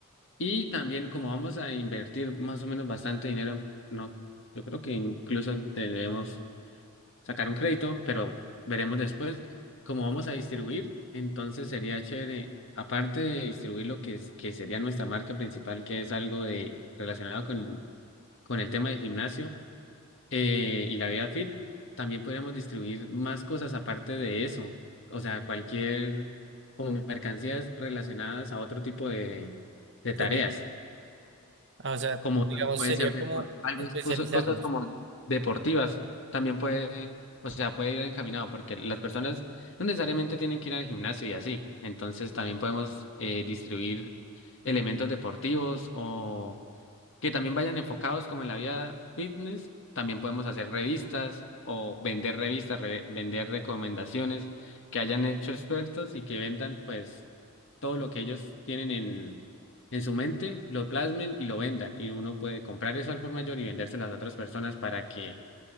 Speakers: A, on the left; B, on the right.
A: Y también como vamos a invertir más o menos bastante dinero, no, yo creo que incluso debemos sacar un crédito, pero veremos después cómo vamos a distribuir. Entonces sería chévere, aparte de distribuir lo que es, que sería nuestra marca principal, que es algo de relacionado con, con el tema del gimnasio eh, y la vida fit, también podríamos distribuir más cosas aparte de eso. O sea, cualquier como mercancías relacionadas a otro tipo de de tareas
B: Teni- ah, O sea,
A: como
B: digamos,
A: también puede
B: sería
A: ser depor-
B: como
A: algo,
B: especializarnos.
A: cosas, cosas como deportivas, también puede, o sea, puede ir encaminado, porque las personas no necesariamente tienen que ir al gimnasio y así, entonces también podemos eh, distribuir elementos deportivos o que también vayan enfocados como en la vida fitness. También podemos hacer revistas o vender revistas, re- vender recomendaciones que hayan hecho expertos y que vendan pues todo lo que ellos tienen en, en su mente, lo plasmen y lo vendan. Y uno puede comprar eso al por mayor y vendérselo a las otras personas para que,